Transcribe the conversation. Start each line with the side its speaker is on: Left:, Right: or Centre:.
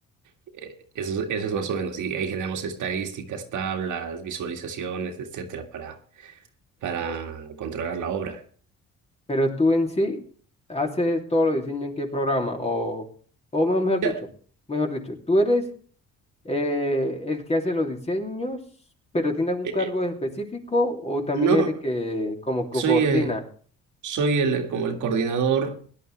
Right: Eh, Eso, eso es más o menos. Y ahí generamos estadísticas, tablas, visualizaciones, etcétera, para, para controlar la obra.
Left: Pero tú en sí haces todos los diseños en qué programa o, o me- mejor dicho,
Right: Ya,
Left: mejor dicho, tú eres eh, el que hace los diseños, pero tiene algún
Right: eh,
Left: cargo
Right: eh,
Left: específico o también
Right: no,
Left: el que como que
Right: soy,
Left: coordina.
Right: eh, soy el, como el coordinador